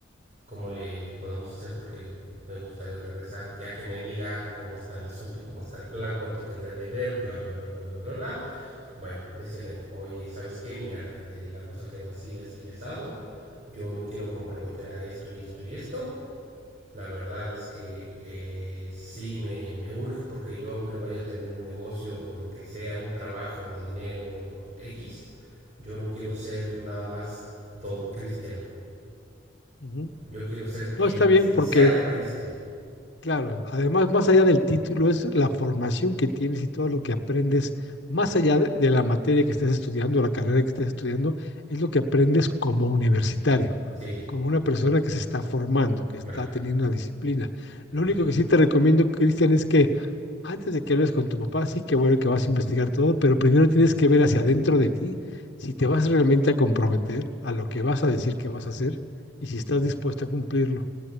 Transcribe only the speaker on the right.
¿cómo le podemos hacer? Porque me gustaría regresar ya que me diga cómo está el asunto, cómo está el plan, cuánto queda de ver, bla, bla, bla, bla, bla, bla, bla. Bueno, decirle a mi papá, oye, ¿sabes qué? Mira, eh, la cosa quedó así, así y asado. Yo me quiero comprometer a esto y esto y esto la verdad es que eh, sí me, me urge porque yo aunque vaya a tener un negocio o lo que sea, un trabajo o dinero X, yo no quiero ser nada más don Cristian.
Yo quiero ser el
licenciado
Cristian.
Sí,
claro,
claro,
claro.